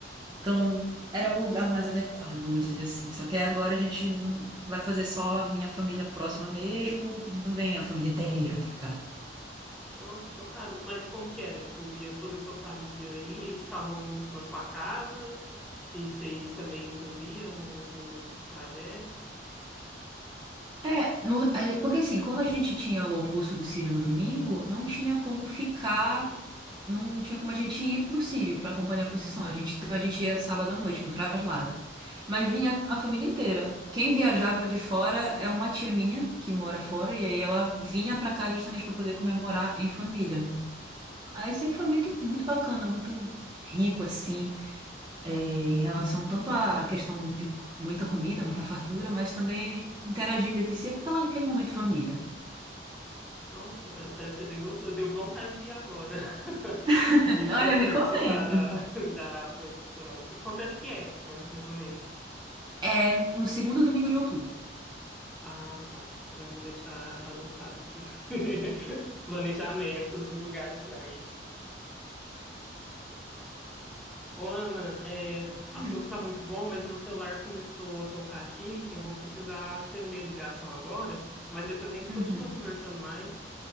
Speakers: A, on the right (about 25°); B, in the centre.
A: Então, era o lugar mais adequado, vamos dizer assim. Só que aí agora a gente não vai fazer só a minha família próxima mesmo, e não vem a família inteira pra cá.
B: Nossa, chocado. Mas como que era? Tipo, ia toda a sua família aí, eles ficavam na sua casa e vocês também faziam o, o trajeto?
A: É, no- é, porque assim, como a gente tinha o almoço do Círio no domingo, não tinha como ficar, não tinha como a gente ir pro Círio para acompanhar a procissão.
B: Uhum.
A: A gente, então a gente ia sábado à noite no traslado. Mas vinha a família inteira. Quem viajava de fora é uma tia minha que mora fora, e aí ela vinha pra cá justamente para poder comemorar em família. Aí sempre foi muito, muito bacana, muito rico assim é, em relação tanto à questão de muita comida, muita fartura, mas também interagindo entre si, aquela, aquele momento família.
B: Nossa, pare- parece ser bem gostoso. Deu vontade de ir agora, <laughs>
A: <laughs>
B: de
A: Olha,
B: par-
A: eu recomendo.
B: participar da, <laughs> da profissão. Acontece que é época, mais ou menos?
A: É no segundo domingo de outubro.
B: Ah, tá. Já vou deixar anotado, assim. <laughs> Planejamentos de lugares para ir. Ô, Ana, é, o assunto
A: Hum.
B: tá muito bom, mas meu celular começou a tocar aqui. Eu vou precisar atender a ligação agora, mas depois a gente
A: Uhum.
B: continua conversando mais.